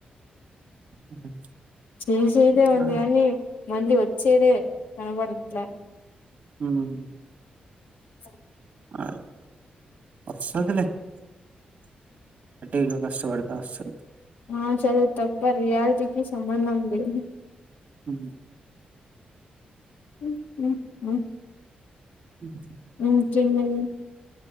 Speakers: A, on the right; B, on the left.
A: ఉమ్,
B: చేసేదే ఉంది
A: ఆ,
B: గాని మళ్ళీ వచ్ చేసేదే కనపడుట్ల
A: హ్మ్
B: స
A: అ వస్తదిలే. ఇగ కష్టపడుతే వస్తది.
B: ఆ సరే తప్ప రియాలిటీకి సంబంధం లేదు.
A: హ్మ్
B: హు హు హ్మ్
A: హ్మ్
B: ఉమ్ తిన్నది